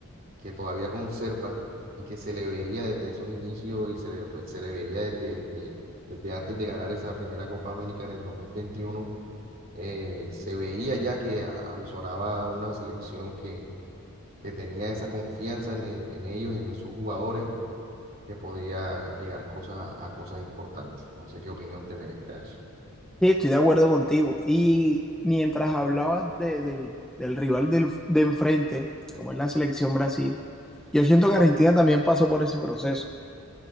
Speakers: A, on the right; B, in the centre.
A: que todavía conserva y que se le veía desde esos inicios y se le, pues, se le veía desde, de- desde antes de ganar esa primera Copa América en el 2021, eh, se veía ya que a- avizoraba una selección que, que tenía esa confianza en, e- en ellos, en esos jugadores, que podía llegar cosas, a cosas importantes. No sé qué opinión te merezca eso.
B: Sí, estoy de acuerdo contigo. Y mientras hablabas de, del, del, rival del, de enfrente, como es la selección Brasil, yo siento que Argentina también pasó por ese proceso.